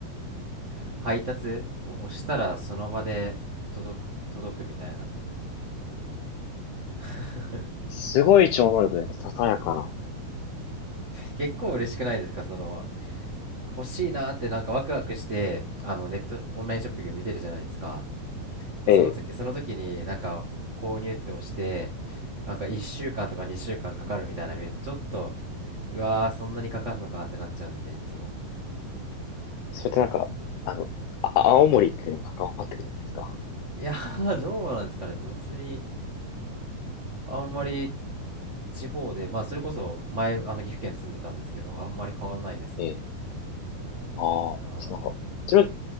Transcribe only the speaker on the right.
<laughs> 配達もう押したらその場で届く、届くみたいな。<laughs>
結構嬉しくないですかその、欲しいなーってなんかワクワクして、あの、ネット、オンラインショッピング見てるじゃないですか。でその時、
その時になんか購入って押して、なんか1週間とか2週間かんかかるみたいなの見るとちょっと、うわー、そんなにかかんのかってなっちゃうんで、いつも。
いやー、<laughs> どうなんですかね。別に、あんまり地方で、まあそれこそ前、あの岐阜県住んでたんですけど、あんまり変わんないですね。
あ